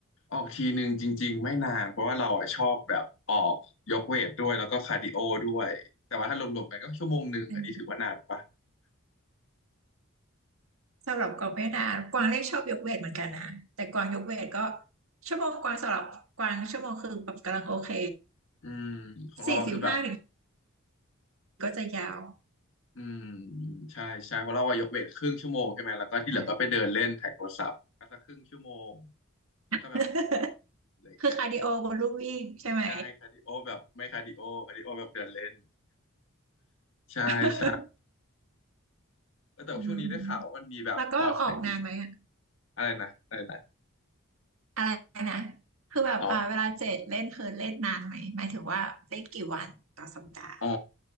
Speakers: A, on the left; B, on the right.
A: ออกทีหนึ่งจริงๆไม่นานเพราะว่าเราอ่ะชอบแบบออกยกเวทด้วยแล้วก็คาร์ดิโอด้วยแต่ว่าถ้ารวมๆกันก็ชั่วโมงหนึ่งอันนี้ถือว่านานปะ
B: อืมสำหรับกวางไม่นานกวางเล่นชอบยกเวทเหมือนกันนะแต่กวางยกเวทก็ชั่วโมงกวางสำหรับกวางชั่วโมงคือแบบกำลังโอเค
A: อืมของเราอะคือแบบ
B: สี่สิบห้า ก็จะยาว
A: อืมใช่ใช่เพราะเราว่ายกเวทครึ่งชั่วโมงใช่ไหมแล้วก็ที่เหลือก็ไปเดินเล่นถ่ายโทรศัพท์ก็สักครึ่งชั่วโมง
B: ค่ะ
A: แล้วก็แบบ
B: <laughs>
A: เลยแกะ
B: คือคาร์ดิโอบนลู่วิ่งใช่ไหม
A: ใช่คาร์ดิโอแบบไม่คาร์ดิโอคาร์ดิโอแบบเดินเล่นใช่ใช่
B: <laughs>
A: แล้วแต่ว่าช่วงนี้ได้ข่าวว่ามันมีแบบคอร์สเทรนนิ่ง
B: อืมแล้วก็ออกนานไหมอะ
A: อะไรนะอะไรนะ
B: อะไรนะคือแบบอ่าเวลาเจ็ดเล่นคือเล่นนานไหมหมายถึงว่าเล่นกี่วันต่อสัปดาห์
A: อ๋ออ๋อ